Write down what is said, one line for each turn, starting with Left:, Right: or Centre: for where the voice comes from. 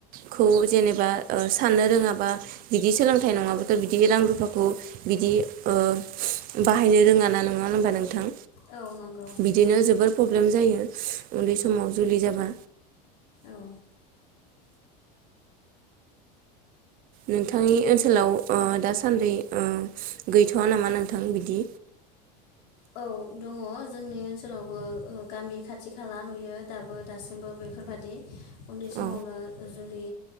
Right: खौ जेनेबा ओ साननो रोङाबा बिदि सोलोंथाइ नङाब्लाथ' बिदि रां रुफाखौ बिदि ओ बाहायनो रोङा ना नङा होनबा नोंथां?
Left: औ नंगौ
Right: बिदिनो जोबोर पब्लेम जायो। उन्दै समाव जुलि जाबा
Left: औ
Right: नोंथांनि ओनसोलाव ओ दासान्दै ओ गैथ'वा नामा नोंथां बिदि?
Left: औ दङ जोंनि ओनसोलावबो ओ गामि खाथि खाला नुयो दाबो दासिमबो बेफोरबादि उन्दै समावनो
Right: औ
Left: जुलि